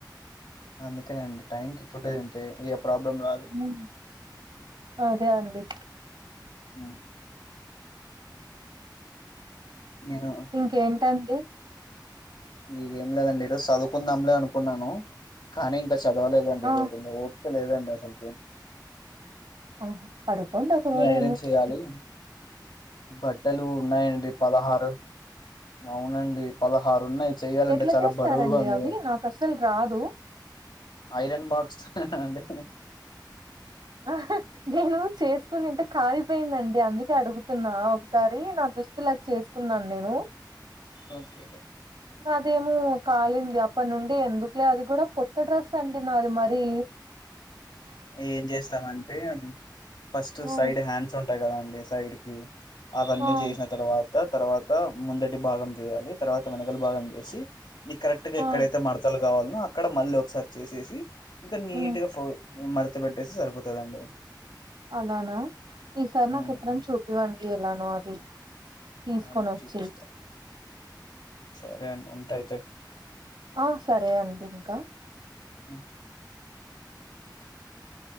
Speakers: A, on the left (about 80°); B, on the right (about 80°).
A: అందుకనే అండి టైంకిి ఫుడ్డు తింటే ఏ ప్రాబ్లం రాదు
B: హూ అదే అండి
A: మ నేను
B: ఇంకేంటండి
A: ఇగ ఏం లేదండి ఈరోోజు చదువుకుందాంలే అనుకున్నాను కానీ ఇంకా చదవలేదండి
B: ఆ
A: ఈరోజు ఇగ ఓపిక లేదండి అసలు
B: ఆహ పడుకోండి ఒక రోజు
A: ఐరన్
B: ఏముందింది
A: చేయాలి బట్టలు ఉన్నాయండి పదహారు అవునండి పదహారు ఉన్నాయి చెయ్యాలంటే
B: ఎట్లా
A: చాలా
B: చేస్తారండి
A: బరువుగా ఉంది
B: అవి నాకు అసలు రాదు
A: ఐరన్ బాక్స్ అండి
B: ఆ నేను చేసుకునింటే కాలిపోయిందండి అందుకే అడుగుతున్నా ఒకసారి నా దుస్తులాగా చేసుకున్నాను నేను
A: ఓకే
B: అదేమో కాలింది అప్పటి నుండి ఎందుకులే అది కూడా కొత్త డ్రెస్ అండి నాది మరీ
A: ఏం చేస్తామంటే ఫస్ట్
B: హ్మ్
A: సైడ్ హ్యాండ్స్ ఉంటు అంతే కదా అండి సైడ్ కి అవన్నీ
B: హ్మ్
A: చేసిన తర్వాత తర్వాత ముందడి <unintelligible>
B: హ్మ్
A: కావాలను అక్కడ మళ్ళీ ఒకసారి చేసేసి ఇంకా నీట్
B: హ్మ్
A: గా ఫో మడత పెట్టేసి సరిపోతుందండి
B: అలానా ఈసారి నాకు
A: ఉమ్
B: ఎప్పుడనా చూపివండి ఎలానో అది తీసుకొనొచ్చి
A: అండి చూపిస్తా సరే అండి ఉంటా అయితే
B: ఆ సరే అండి ఇంకా
A: <unintelligible>